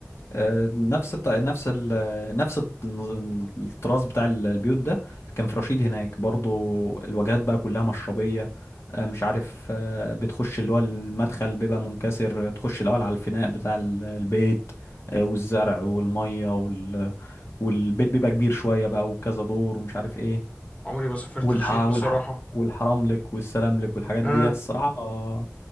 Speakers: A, on the left; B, on the left.
A: آه، نفس الط... نفس ال... نفس الط- الطراز بتاع ال- البيوت ده كان في رشيد هناك برضو الواجهات بقى كلها مشربية آه، مش عارف آه، بتخش اللي هو المدخل بيبقى منكسر تخش الأول على الفناء بتاع ال- البيت آه، والزرع والمية وال... والبيت بيبقى كبير شوية بقى وكذا دور ومش عارف ايه
B: عمري ما سافرت
A: والح...
B: رشيد
A: والح...
B: بصراحة
A: والحرام لك والسلام لك والحاجات
B: آه.
A: ديت الصراحة آه،